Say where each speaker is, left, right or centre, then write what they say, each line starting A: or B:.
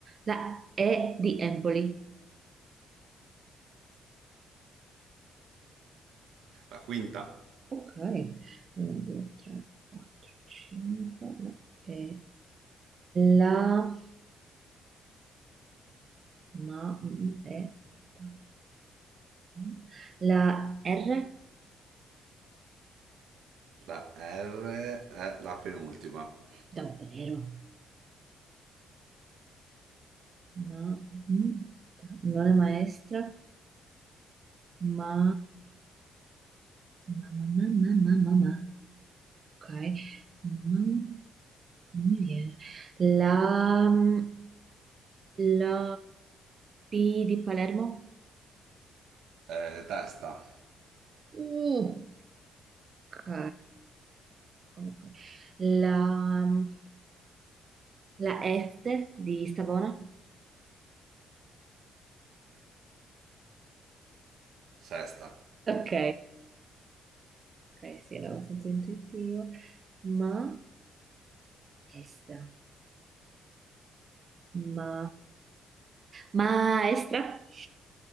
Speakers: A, on the right; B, on the right.
A: la E di Empoli.
B: La quinta.
A: Ok, 1, 2, 3, 4, 5, la E, la, ma, mm, mm, E, ta, mm. la R.
B: La R è la penultima.
A: Davvero? Ma mm, tra- non è maestra, ma ma ma ma ma ma, ma, ma. Ok, ma non mi viene. La mm, la P di Palermo?
B: Eh, testa.
A: Uh, ok. Ok. La mm, la S di Savona?
B: Sesta.
A: Ok, ok, sì, era abbastanza intuitivo. Ma estra, ma maestra?